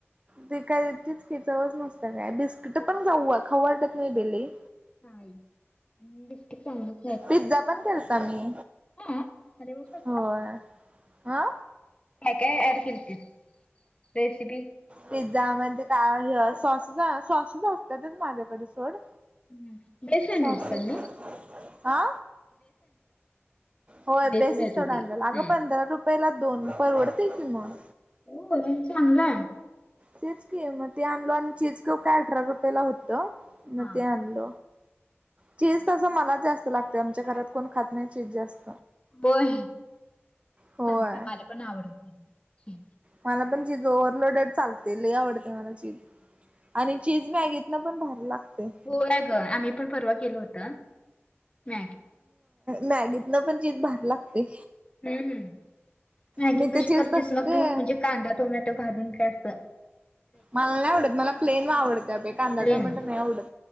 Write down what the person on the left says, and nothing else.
होय
हा.
हा. अरे वा कसला?
ह का अड किर्तीस रेसिपी
हम् बेसला
मिसण
बेस
मिळत
होती
हम्म.
हो चांगलाय.
हा
बय
चांग मला पण आवडत. ते.
हो ग आम्ही पण परवा केलो होत मी
हम्म मॅगी
कशी
करतेस
मग
तू म्हणजे कांदा टोमॅटो घालून का अस.
प्लेन